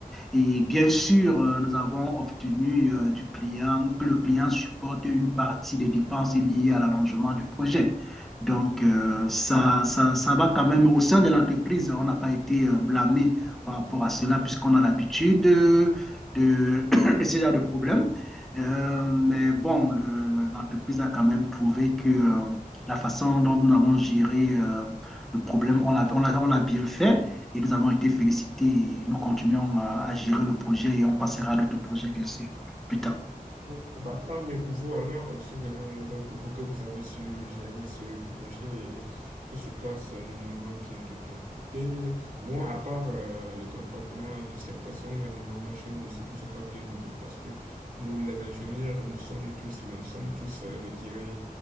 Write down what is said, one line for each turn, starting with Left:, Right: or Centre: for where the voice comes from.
Centre: Et bien sûr, euh, nous avons obtenu euh, du client que le client supporte une partie des dépenses liées à l'allongement du projet. Donc, euh, ça, ça, ça va quand même au sein de l'entreprise. On n'a pas été euh, blâmé par rapport à cela, puisqu'on a l'habitude de, de, <coughs> de ce genre de problème. Euh, mais bon, le- l'entreprise a quand même prouvé que euh, la façon dont nous avons géré euh, le problème, on l'a, on l'a, on l'a bien fait et nous avons été félicités. Nous continuons à, à gérer le projet et on passera à d'autres projets, bien sûr, plus tard.
Right: Bon, Bah, tant mieux pour vous alors, je suis vraiment heureux pour vous que vous avez su gérer ce projet et tout se passe euh, normalement bien de ton côté. Moi, à part euh, le comportement de cette personne-là, normalement chez nous aussi tout se passe bien de notre côté parce que nous, les ingénieurs, nous sommes tous, nous sommes tous, euh, je dirais,